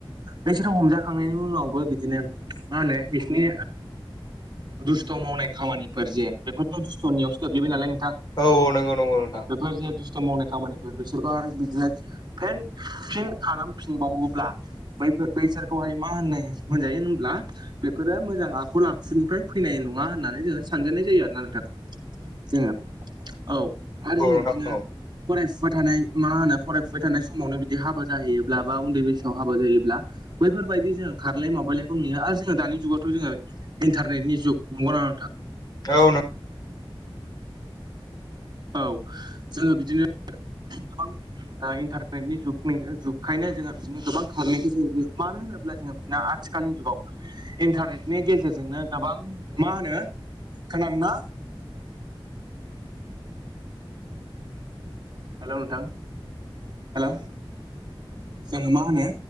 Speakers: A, on the right; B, on the left.
A: बैसोर हमजाखांनायनि उनावबो बिदिनो। मा होनो बिसिनि दुस्थ' मावनाय खामानिफोर जे बेफोरनो द'श सननियावसो गोग्लैबाय नालाय नोंथां।
B: औ औ नंगौ नंगौ नोंथां।
A: बेफोर जे दुस्थ' मावनाय खामानिफोर बिसोरखौ आरो बिदिनो। फेन फिन खालामफिनबावोब्ला। बैसोरखौहाय मा होननाय होनजायो होनब्ला बेफोरो मोजां आखल आखुनिफ्राय फैनाय नङा होननानै जोंङो सानजानाय जायो आरोना नोंथां। जोंङो औ। आरो
B: औ
A: जोंङो
B: नोंथां
A: बिदिनो
B: औ
A: फरायफुबाय थानाय मा होनो फरायफुबाय थानाय समावनो बिदि बे हाबा जाहैयोब्ला बा उन्दै बैसोआव हाबा जायोब्ला बैफोरबायदि जों खारलाय माबायलायखौ नुयो आरो जोंङो दानि जुगावथ' जोङो इन्टारनेटनि जुग नंगौना नंङा नोंथां?
B: औ
A: औ जोंङो बिदिनो। गोबां इन्टारनेटनि जुगखायनो जोंहा बिदिनो गोबां खारनायखौ जों मानो होनोब्ला ब्ला जोंङो आथिखालनि जुगाव इन्टारनेटनि गेजेरजोंनो गोबां मा होनो खोनादोंना? हेलौ नोंथां हेल' जोऔङो मा होनो।